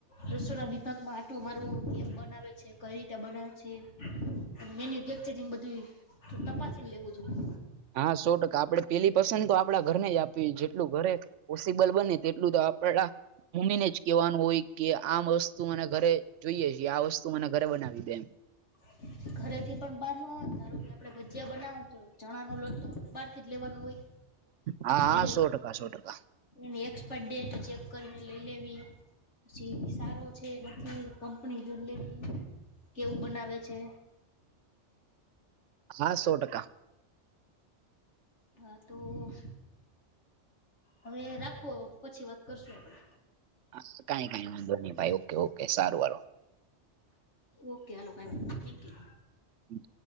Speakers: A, on the left; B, on the right.
A: રસોરા વિભાગમાં આટો મારવો કેમ બનાવેછે કઇ રિતે બનાવે એ અને મેન્યુફેક્ચરિંગ બધું તપાસીને લેવું જોઈએ.
B: હા, સો ટકા આપડે પેલી પસંદ તો આપડા ઘરને આપવી જેએ જેટલુ ધરે પોસિબલ બને તેટલું તો આપડા મમ્મીને જ કેવાનું હોય કે આમ વસ્તુ મને ઘરે જોઈએ છીએ આ વસ્તુ મને ઘરે બનાવી દેમ
A: <inaudible> ઘરે થી પણ બહાર ન આવેવા ને ધારો કે આપડે ભજીયા બનાવ તો ચણા નો લોટો આપણેે બારથી જ લેવાનો હોય.
B: હા,
A: એની
B: સો ટકા સો ટકા.
A: એની એક્સપાયર ડેટ ચેક કરીને લઈ લેવી. પછી સારો છે નથી કંપની લે કેવું બનાવે. આવે છે.
B: હા સો ટકા.
A: હ તો. હવે રાખો પછી વાત કરશું આપડે.
B: હા, કઈ કઈ વાંધો નહી ભાઈ ઓકે ઓકે સારું વા
A: ઓકે હાલોકાય ભાઈ થેન્કયુ.
B: હમ!